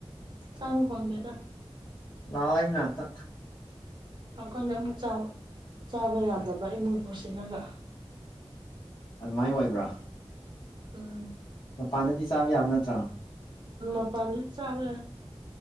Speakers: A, on the right; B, on the left.
A: ꯆꯥꯡ ꯐꯪꯒꯦꯗ
B: ꯂꯑꯣꯏꯅꯅꯥꯥꯛꯇ
A: ꯑꯩꯈꯣꯏꯅ ꯑꯃꯨꯛꯥ ꯆꯥꯕ ꯌꯥꯗꯕ ꯏꯃꯨꯡ ꯄꯨꯠꯁꯤꯜꯂꯒ
B: ꯑꯗꯨꯃꯥꯏꯅ ꯑꯣꯏꯕ꯭ꯔꯥ
A: ꯎꯝ
B: ꯃꯄꯥꯟꯗꯗꯤ ꯆꯥꯕ ꯌꯥꯕ ꯅꯠꯇ꯭ꯔꯣ
A: ꯎ ꯄꯗ ꯆꯕ